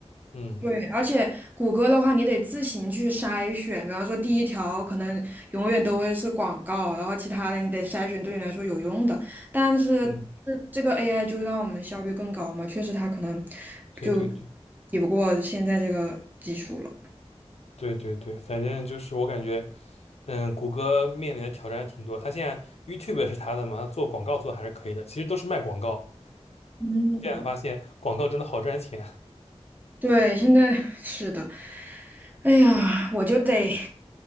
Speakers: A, on the left; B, on the right.
A: 嗯
B: 对，而且谷歌的话，你得自行去筛选，比方说第一条可能永远都会是广告，然后其他的你得筛选对你来说有用的，但是这这个
A: 嗯，
B: AI 就让我们效率更高嘛，确实它可能
A: 对对对
B: 就抵不过现在这个技术了。
A: 对对对，反正就是我感觉，嗯，谷歌面临的挑战挺多。他现在 YouTube 是他的嘛，他做广告做的还是可以的，其实都是卖广告。
B: 嗯，
A: 现在发现广告真的好赚钱。
B: 对，现在是的，哎呀，我就得，